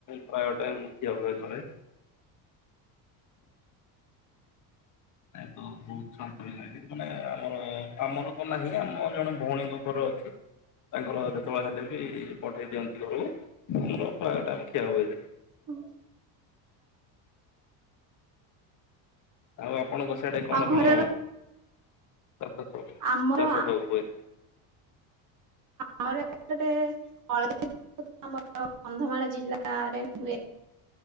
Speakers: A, on the left (about 45°); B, on the right (about 45°).
A: ପ୍ରାୟ ଟାଇମ୍ ଖିଆ ହୁଏ ଘରେ। ନ ତ ବହୁତ ଲାଗେ ମାନେ ଆମର ଆମର ତ ନାହିଁ ନା ମୋର ଜଣେ ଭଉଣୀଙ୍କ ଘର ଅଛି। ତାଙ୍କର ଯେତେବେଳେ ହେଲେ ବି ପଠେଇ ଦିଅନ୍ତି ଘରକୁ। ଆମର ପ୍ରାୟ ଟାଇମ ଖିଆ ହୁଏଯେ।
B: ହଁ।
A: ଆଉ ଆପଣଙ୍କ ସିଆଡେ କଣ
B: ଆଉ ଘରେ
A: କଣ ଚାଷ ସବୁ
B: ଆମର
A: ଚାଷ ସବୁ ହୁଏ?
B: ଆମର ଏପଟେ ହଳଦୀ ମର କନ୍ଧମାଳ ଜିଲ୍ଲାରେ ହୁଏ।